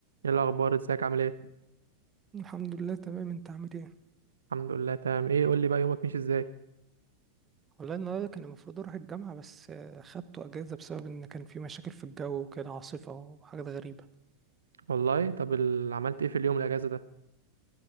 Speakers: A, on the right; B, on the right.
A: ايه الاخبار ازيك عامل ايه
B: الحمد لله تمام انت عامل ايه
A: الحمد لله تمام ايه قول لي بقى يومك ماشي ازاي
B: والله النهارده كان المفروض اروح الجامعه بس آه، خدته اجازه بسبب ان كان في مشاكل في الجو وكده عاصفه وحاجات غريبه
A: والله طب ال- عملت ايه في اليوم الاجازه ده